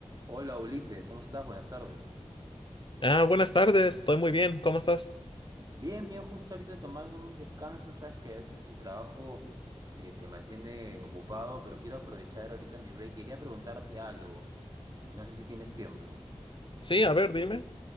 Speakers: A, on the right; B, on the left.
A: Hola Ulises, ¿cómo estás? Buenas tardes.
B: Ah, buenas tardes, estoy muy bien, ¿cómo estás?
A: Bien, bien, justo ahorita tomando un descanso, sabes que a veces el trabajo eh, te mantiene ocupado, pero quiero aprovechar ahorita mi break. Quería preguntarte algo, eh, no sé si tienes tiempo.
B: Sí, a ver, dime.